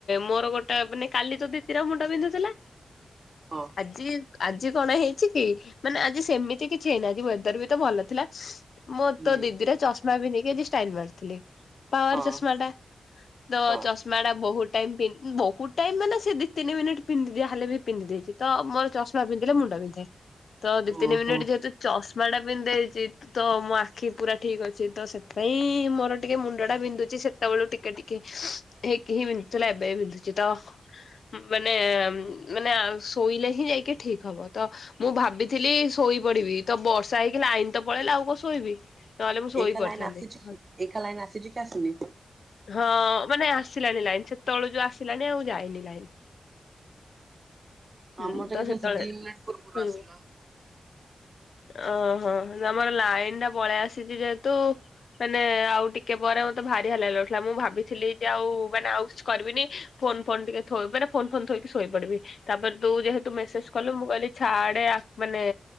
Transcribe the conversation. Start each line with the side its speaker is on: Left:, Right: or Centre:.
Left: ମୋର ଗୋଟେ ମାନେ କାଲି ତ ଦିଦର ମୁଣ୍ଡ ବିନ୍ଧୁଥିଲା।
Right: ହଁ
Left: ଆଜି ଆଜି କଣ ହେଇଛି କି ମାନେ ଆଜି ସେମିତି କିଛି ହେଇନି ଆଯି ୱେଦର ବି ତ ଭଲ ଥିଲା। ମୋର୍
Right: ହୁଁ
Left: ତୋ ଦିଦିର ଚସମା ବି ପିନ୍ଧିକି ଏଠି, ଷ୍ଟାଇଲ୍ ମାରୁଥିଲି। ପାୱାର୍
Right: ହଁ
Left: ଚଶମା ଟା। ତ
Right: ହଁ
Left: ଚଷମା ଟା ବହୁତ୍ ଟାଇମ୍ ପି ବହୁତ୍ ଟାଇମ୍ ମାନେ ସେଦି। ତିନି ମିନିଟ୍ ପିନ୍ଧିଦିଏ ଯାହା ହେଲେ ବି ପିନ୍ଧି ଦେଇଛି। ତ ମୋର ଚଷମା ପିନ୍ଧିଲେ ମୁଣ୍ଡ ବିନ୍ଧେ। ତ ଦି ତିନି
Right: ଓହୋ
Left: ମିନିଟ୍ ଯେହେତୁ ଚଷମା ଟା ବିିନ୍ଦେଇଚି ତ, ମୋ ଆଖି ପୁରା ଠିକ୍ ଅଛି, ତ ସେଥିପାଇଁ ମୋର ଟିକେ ମୁଣ୍ଡ ଟା ବିନ୍ଧୁଛି, ସେତେବେଳୁ ଟିକେ ଟିକେ। ହେଇ କି ହି ବିନ୍ଧୁ ଥିଲା, ଏବେ ବି ବିନ୍ଧୁଚି ତ। ମାନେ, ମାନେ, ଆ ଶୋଇଲେ ହିଁ ଯାଇକି ଠିକ ହବ ତ। ମୁଁ ଭାବିଥିଲି ଶୋଇ ପଡ଼ିବି, ତ ବର୍ଷା ହେଇକି ଲାଇନ୍ ତ ପଳେଇଲା, ଆଉ କଁ ଶୋଇବି। ନହେଲେ ମୁଁ ଶୋଇ
Right: ଏଇଖା ଲାଇନ୍
Left: ପଡିଥାନ୍ତି।
Right: ଆସୁଛି କି ଏଇଖା ଲାଇନ୍ ଆସିଛି କି ଆସୁନି?
Left: ହଁ, ମାନେ ଆସିଲାଣି ଲାଇନ୍, ସେତେବେଳୁ ଯୋଉ ଆସିଲାଣିି, ଆଉ ଯାଇନି ଲାଇନ୍। ହୁଁ,
Right: ଆମର
Left: ତ
Right: ଏକା ଜଷ୍ଟ
Left: ସେତେ ବେଳେ
Right: ଦି ମିନିଟ ପୂର୍ବରୁ
Left: ହୁଁ।
Right: ଆସିଲା।
Left: ଅଁ ହଁ, ତମର ଲାଇନ୍ ଟା ପଳେଇ ଆସିଛି ଯେହେତୁ। ମାନେ, ଆଉ ଟିକେ ପରେ ମତେ ଭାରି ହାଲିଆ ଲାଗୁ ଥିଲା। ମୁଁ ଭାବିଥିଲି ଯେ ଆଉ, ମାନେ ଆଉ ସ୍ ‌ କରି ବିନି। ଫୋନ୍ ଫୋନ୍ ଟିକେ ଥୋଇି ମାନେ। ଫୋନ୍ ଫୋନ୍ ଥୋଇକି ଶୋଇ ପଡ଼ିବି, ତାପରେ ତୁ ଯେହେତୁ ମେସେଜ କଲୁ, ମୁଁ କହିଲି ଛାଡ଼େ ଆ ମାନେ।